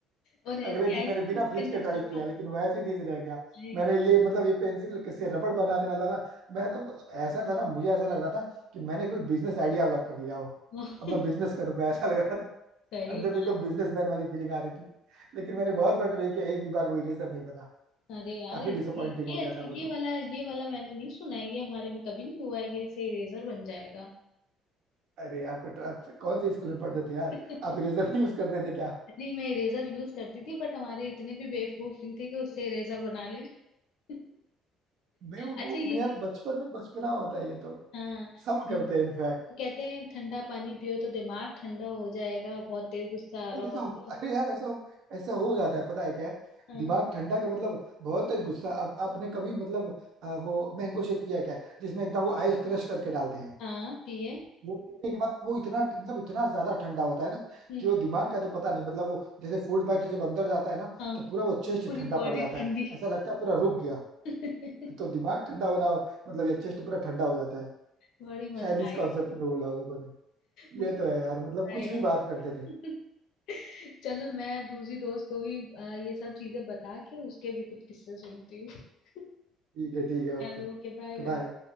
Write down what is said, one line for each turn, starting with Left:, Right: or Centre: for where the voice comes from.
Left: और ऐसी
Right: अगले दिन
Left: आइसक्रीम
Right: मैंने बिना
Left: इसके
Right: फ्रिज
Left: अंदर
Right: के ट्राई
Left: छिलका
Right: किया लेकिन वो एज इट इज रह गया
Left: अरे
Right: मैंने ये मतलब ये पेंसिल से रबड़ बनाने वाला ना मैं तो मतलब ऐसा था ना मुझे ऐसा लग रहा था कि मैंने कोई बिजनेस आइडिया लॉक कर लिया हो
Left: यार,
Right: अब मैं
Left: <laughs>
Right: बिजनेस करूंगा ऐसा लग रहा था
Left: सही
Right: अंदर
Left: बात
Right: से एकदम बिजनेसमैन वाली फीलिंग आ रही थी लेकिन मैंने बहुत बार ट्राई किया एक भी बार वो इरेजर नहीं बना
Left: अरे यार
Right: काफी
Left: इस-
Right: डिसअपॉइंटिंग
Left: ये ये
Right: हो गया
Left: अच्छा
Right: था वो
Left: ये
Right: तो
Left: वाला ये वाला मैंने नहीं सुना है ये हमारे में कभी नहीं हुआ है कि इससे इरेजर बन जाएगा
Right: अरे आपको tra- आप कौन से स्कूल में पढ़ते थे यार
Left: <laughs>
Right: आप इरेजर नहीं यूज करते थे क्या
Left: नहीं मैं इरेजर यूज करती थी बट हमारे इतने भी बेवकूफ नहीं थे कि उससे इरेजर बना ले <laughs>
Right: बेवकूफ
Left: अच्छा ये
Right: नहीं यार
Left: भी
Right: बचपन में बचपना होता है ये तो
Left: हाँ
Right: सब
Left: ठं-
Right: करते हैं इनफैक्ट
Left: वो कहते हैं ठंडा पानी पियो तो दिमाग ठंडा हो जाएगा बहुत तेज गुस्सा आ
Right: नहीं,
Left: रहा
Right: ऐसा
Left: हो
Right: हो-
Left: तो
Right: अरे यार ऐसा ऐसा हो जाता है पता है क्या है
Left: हाँ
Right: दिमाग ठंडा का मतलब बहुत तेज गुस्सा अब आपने कभी मतलब आ, वो मैंगो शेक पिया क्या जिसमें एकदम वो आइस क्रश करके डालते हैं
Left: हाँ पिए
Right: वो पीने के बाद वो इतना मतलब इतना ज्यादा ठंडा होता है ना
Left: हम्म
Right: कि वो दिमाग का तो पता नहीं मतलब वो जैसे फूड पाइप से जब अंदर जाता है ना
Left: हाँ
Right: तो पूरा वो चेस्ट
Left: पूरी
Right: ठंडा
Left: बॉडी
Right: पड़ जाता
Left: ठंडी
Right: है ऐसा लगता है पूरा रुक गया
Left: <laughs>
Right: तो दिमाग ठंडा होना मतलब ये चेस्ट पूरा ठंडा हो जाता है
Left: बड़ी मजा
Right: शायद इस
Left: आई
Right: कॉन्सेप्ट
Left: है
Right: में बोला उन लोगों ने
Left: मुझे
Right: ये तो है यार मतलब
Left: मजा
Right: कुछ
Left: आई है
Right: भी बात करते थे
Left: <laughs> चलो मैं अब दूसरी दोस्त को भी अ, ये सब चीजें बता के उसके भी कुछ किस्से सुनती हूँ <laughs>
Right: ठीक है ठीक है ओके
Left: चलो ओके बाय बाय
Right: बाय